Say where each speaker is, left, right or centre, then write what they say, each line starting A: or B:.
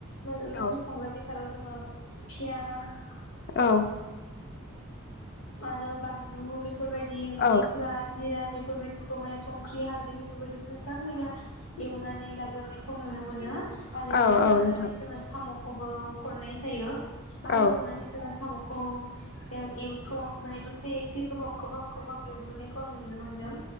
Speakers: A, on the left; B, on the left.
A: मोन मोनसे
B: औ
A: संग्रा बेसादाव जोङो फियास
B: औ
A: आरो बानलु बेफोरबायदि
B: औ
A: मस्ला जिरा बेफ फोरबायदिखौ माने संख्रि हालदै बेफोरबायदिखौ मोजाङैनो एवनानै लाग्रोनायखौ नुनो मोनो। आरो
B: औ
A: एवनानै
B: औ
A: लाग्रोनानै
B: नोंथां
A: जोङो साम'खौबो हरनाय जायो आरो
B: औ
A: हरनानै जोङो साम' अ ए ओ एवथ' माने दसे एसे गोबाव खोबहाब खोबहाब एवग्रोनायखौ आङो नुनो मोन्दों।